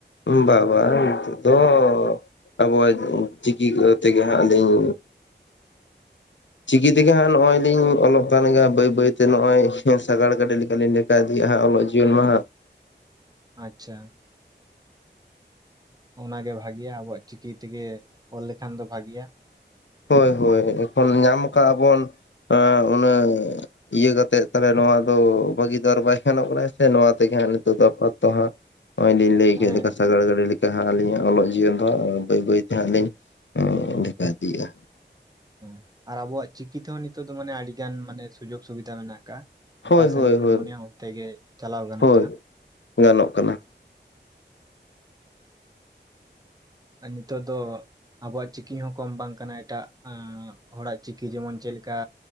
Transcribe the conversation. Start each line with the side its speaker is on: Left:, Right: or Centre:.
Left: ᱵᱟ ᱵᱟᱝ ᱱᱤᱛᱚᱜ ᱫᱚ ᱟᱵᱚᱣᱟᱜ ᱪᱤᱠᱤ ᱛᱮᱜᱮ ᱦᱟᱸᱜ ᱞᱤᱧ ᱪᱤᱠᱤ ᱛᱮᱜᱮ ᱦᱟᱸᱜ ᱱᱚᱜ-ᱚᱭᱤᱧ ᱚᱞᱚᱜ ᱠᱟᱱ ᱜᱮᱭᱟ ᱵᱟᱹᱭ ᱵᱟᱹᱭᱛᱮ ᱱᱚᱜ-ᱚᱭ ᱥᱟᱜᱟᱲ ᱜᱟᱹᱰᱤ ᱞᱮᱠᱟ ᱞᱤᱧ ᱞᱟ ᱦᱟ ᱤᱫᱤᱭᱮᱜᱼᱟ ᱦᱟᱸᱜ ᱚᱞᱚᱜ ᱡᱤᱭᱚᱱ ᱦᱟᱸᱜ,
Right: ᱟᱪᱪᱷᱟ, ᱚᱱᱟᱜᱮ ᱵᱷᱟᱜᱮᱤᱭᱟ ᱟᱵᱚᱣᱟᱜ ᱪᱤᱠᱤ ᱛᱮᱜᱮ ᱚᱞ ᱞᱮᱠᱷᱟᱱ ᱫᱚ ᱵᱷᱟᱜᱤᱭᱟ᱾
Left: ᱦᱳᱭ ᱦᱳᱭ ᱮᱠᱷᱚᱱ ᱧᱟᱢ ᱠᱟᱜ-ᱟ ᱵᱚᱱ ᱚᱸ ᱩᱱᱟᱹᱜ ᱤᱭᱟᱹ ᱠᱟᱛᱮᱫ ᱛᱟᱦᱚᱞᱮ ᱱᱚᱣᱟ ᱟᱫᱚ ᱵᱷᱟᱹᱜᱤ ᱫᱟᱨ ᱵᱟᱭ ᱜᱟᱱᱚᱜ ᱠᱟᱱᱟ ᱥᱮ, ᱱᱚᱣᱟ ᱛᱮᱜᱮ ᱦᱟᱸᱜ ᱱᱤᱛᱚᱜ ᱫᱚ ᱟᱯᱟᱛᱚ ᱫᱚ ᱦᱟᱸᱜ᱾ ᱦᱚᱸᱜᱼᱚᱭ ᱞᱤᱧ ᱞᱟᱹᱭ
Right: ᱦᱮᱸ
Left: ᱠᱮᱫ ᱞᱮᱠᱟ ᱥᱟᱜᱟᱲ ᱜᱟᱹᱰᱤ ᱞᱮᱠᱟ ᱦᱟᱸᱜ ᱟᱹᱞᱤᱧᱟᱜ ᱚᱞᱚᱜ ᱡᱤᱭᱚᱱ ᱫᱚ ᱵᱟᱹᱭ ᱵᱟᱹᱭ ᱛᱮ ᱦᱟᱸᱜ ᱞᱤᱧ ᱰᱷᱮᱠᱟ ᱤᱫᱤᱭᱮᱫ-ᱟ᱾
Right: ᱦᱮᱸ, ᱟᱨ ᱟᱵᱚᱣᱟᱜ ᱪᱤᱠᱤ ᱛᱮᱦᱚᱸ ᱱᱤᱛᱚᱜ ᱫᱚ ᱢᱟᱱᱮ ᱟᱹᱰᱤᱜᱟᱱ ᱢᱟᱱᱮ ᱥᱩᱡᱳᱜ ᱥᱩᱵᱤᱫᱷᱟ ᱢᱮᱱᱟᱜ ᱟᱠᱟᱜᱼᱟ᱾
Left: ᱦᱳᱭ
Right: ᱚᱠᱟ ᱥᱮᱱ
Left: ᱦᱳᱭ
Right: ᱜᱮᱵᱤᱱ
Left: ᱦᱳᱭ
Right: ᱢᱚᱱᱮᱭᱟ ᱚᱱᱛᱮᱜᱮ ᱪᱟᱞᱟᱣ ᱜᱟᱱᱚᱜ
Left: ᱦᱳᱭ
Right: ᱠᱟᱱᱟ᱾
Left: ᱜᱟᱱᱚᱜ ᱠᱟᱱᱟ,
Right: ᱟᱨ ᱱᱤᱛᱚᱜ ᱫᱚ ᱟᱵᱚᱣᱟᱜ ᱪᱤᱠᱤ ᱦᱚᱸ ᱠᱚᱢ ᱵᱟᱝ ᱠᱟᱱᱟ ᱮᱴᱟᱜ ᱚᱸ ᱦᱚᱲᱟᱜ ᱪᱤᱠᱤ ᱡᱮᱢᱚᱱ ᱪᱮᱫ ᱞᱮᱠᱟ